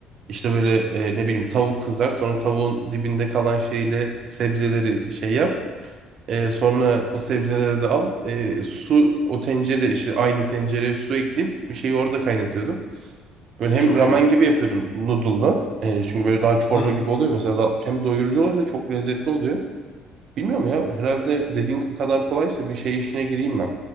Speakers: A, on the right (about 55°); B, on the left (about 60°).
A: İşte böyle e, ne bileyim tavuk kızar sonra tavuğun dibinde kalan şeyle sebzeleri şey yap. E, sonra o sebzeleri de al. E, su o tencere işte aynı tencereye su ekleyip bir şeyi orada kaynatıyordum. Böyle hem
B: Çok
A: ramen
B: iyi.
A: gibi yapıyordum noodle'la. E, çünkü böyle daha çorba
B: Hı hı.
A: gibi oluyor mesela da, hem doyurucu oluyor hem de çok lezzetli oluyor. Bilmiyorum ya herhalde dediğin kadar kolaysa bir şey işine gireyim ben.